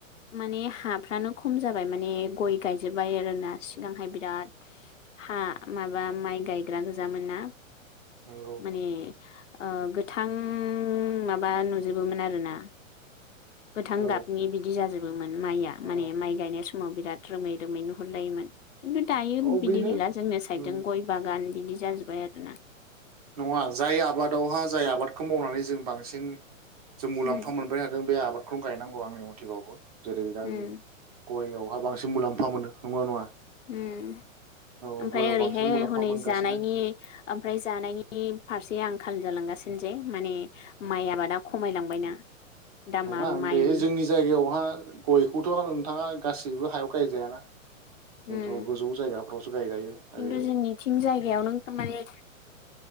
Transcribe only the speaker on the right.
नंगौ
औ
औ
औ
बेनो
उम
नङा जाय आबादावहा जाय आबादखौ मावनानै जों बांसिन जों मुलाम्फा
मोनबाय थादों बे आबाद खौ गायनांगौ आंनि मथेबाबो जेरै दा
जों गइआवहा बांसिन मुलाम्फा मोनो नंगौना नङा?
औ
गयाव
बांसिन मुलाम्फा
मोनगासिनो
नङा
बे जोंनि जायगायावहा गइखौथ नोंथांङा गासि सिबो हायाव गायजायाना बेथ'
गोजौ जायगाफ्रावसो गायजायो
आरो